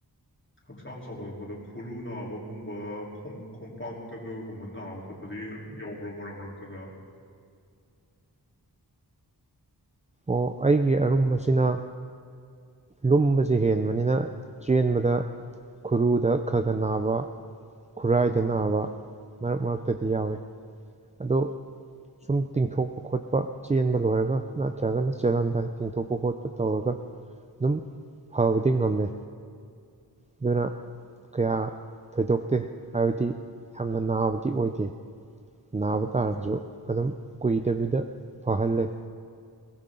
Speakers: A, on the left (about 30°); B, on the right (about 20°).
A: ꯍꯛꯆꯥꯡ ꯆꯥꯎꯈꯠꯂꯛꯄꯗ ꯈꯨꯔꯨ ꯅꯥꯕꯒꯨꯝꯕ ꯈꯣꯡꯄꯥꯛꯇ ꯀꯒꯨꯝꯕ ꯅꯥꯕ ꯈꯣꯠꯄꯗꯤ ꯌꯥꯎꯕ꯭ꯔ ꯃꯔꯛ ꯃꯔꯛꯇꯒ
B: ꯑꯣ ꯑꯩꯒꯤ ꯑꯔꯨꯝꯕꯁꯤꯅ ꯂꯨꯝꯕꯕꯁꯤ ꯍꯦꯟꯕꯅꯤꯅ ꯆꯦꯟꯕꯗ ꯈꯨꯔꯨꯗ ꯈ ꯈ ꯅꯥꯕ ꯈꯨꯔꯥꯏꯗ ꯅꯥꯕ ꯃꯔꯛ ꯃꯔꯛꯇꯗꯤ ꯌꯥꯎꯏꯤ ꯑꯗꯣ ꯁꯨꯝ ꯇꯤꯡꯊꯣꯛꯄ ꯈꯣꯠꯄ ꯆꯦꯟꯕ ꯂꯣꯏꯔꯒ ꯅꯠꯇ꯭ꯔꯒꯅ ꯆꯠꯂꯝꯗꯥꯏ ꯇꯦꯡꯊꯣꯛꯄ ꯈꯣꯠꯄ ꯇꯧꯔꯒ ꯑꯗꯨꯝ ꯐꯕꯗꯤ ꯉꯝꯃꯦ ꯑꯗꯨꯅ ꯀꯌꯥ ꯊꯣꯏꯗꯣꯛꯇꯦ ꯍꯥꯏꯕꯗꯤ ꯌꯥꯝꯅ ꯅꯥꯕꯗꯤ ꯑꯣꯏꯗꯦ ꯅꯥꯕ ꯇꯥꯔꯕꯁꯨ ꯑꯗꯨꯝ ꯀꯨꯏꯗꯕꯤꯗ ꯐꯍꯜꯂꯦ